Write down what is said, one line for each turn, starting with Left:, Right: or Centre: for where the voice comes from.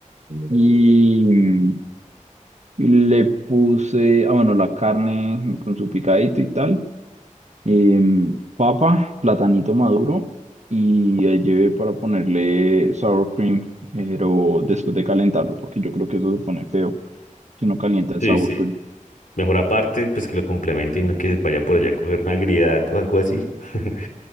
Right: Y, em, y le puse, ah, bueno, la carne con su picadito y tal, em, papa, platanito maduro. Y ahí llevé para ponerle sour cream, pero después de calentarlo, porque yo creo que eso se pone feo. que no calienta el
Left: Sí,
Right: sour
Left: sí.
Right: cream.
Left: Mejor aparte, pues que lo complemente y no que vaya por allá a coger una agriedad o algo así. <laughs>